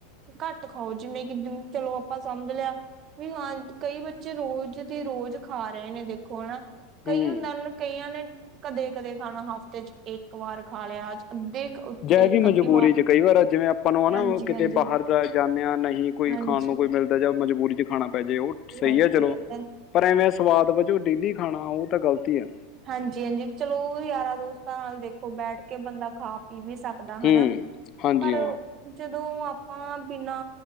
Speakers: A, on the right (about 40°); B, on the left (about 40°).
A: ਘੱਟ ਖਾਓ ਜਿਵੇਂ ਕਿ ਚਲੋ ਆਪਾਂ ਸਮਝ ਲਿਆ ਵੀ ਹਾਂ ਕਈ ਬੱਚੇ ਰੋਜ਼ ਸੀ ਰੋਜ਼ ਖਾ ਰਹੇ ਨੇ ਦੇਖੋ ਹੈਨਾ ਕਈ
B: ਹਮ
A: ਹੁੰਦਾ ਹਨ ਕਈਆਂ ਨੇ ਕਦੇ -ਕਦੇ ਖਾਣਾ ਹਫ਼ਤੇ ਚ ਇਕ ਵਾਰ ਖਾ ਲਿਆ ਅੱਜ ਅੱਧੇ
B: ਜੇ
A: ਇੱਕ
B: ਵੀ
A: ਅੱਧੀ
B: ਮਜਬੂਰੀ ਚ ਕਈ ਵਾਰ ਜਿਵੇਂ ਆਪਾਂ ਨੂੰ ਹੈ ਨਾ
A: ਹਾਂਜੀ
B: ਕਿਤੇ
A: ਹਾਂਜੀ
B: ਬਾਹਰ ਦਾ ਜਾਂਦੇ ਹਾਂ ਨਹੀਂ ਕੋਈ
A: ਹਾਂਜੀ
B: ਖਾਣ ਨੂੰ ਕੋਈ ਮਿਲਦਾ ਜਾ ਮਜਬੂਰੀ ਚ ਖਾਣਾ ਪੈ ਜਾਏ ਉਹ ਸਹੀ
A: ਹਾਂਜੀ
B: ਹੈ ਚਲੋ
A: ਇਹ ਤਾਂ
B: ਪਰ ਐਵੇਂ ਸਵਾਦ ਵਜੋਂ ਡੇਲੀ ਖਾਣਾ ਉਹ ਤਾਂ ਗਲਤੀ ਆ
A: ਹਾਂਜੀ -ਹਾਂਜੀ ਚਲੋ ਯਾਰਾਂ ਦੋਸਤਾਂ ਨਾਲ ਦੇਖੋ ਬੈਠ ਕੇ ਬੰਦਾ ਖਾ ਪੀ ਵੀ ਸਕਦਾ ਬੰਦਾ
B: ਹੂੰ
A: ਹਨਾ
B: ਹਾਂਜੀ
A: ਪਰ
B: ਹਾਂ
A: ਜਦੋਂ ਆਪਾਂ ਬਿਨਾਂ